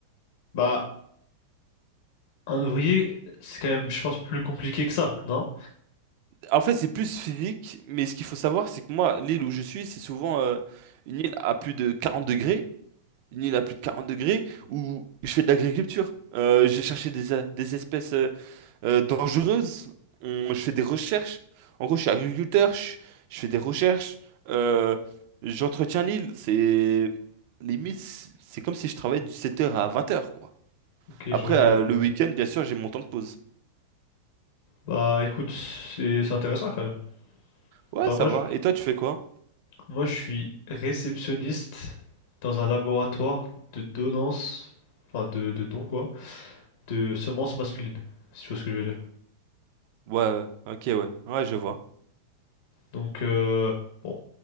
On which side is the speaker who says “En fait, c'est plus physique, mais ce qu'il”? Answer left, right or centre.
Right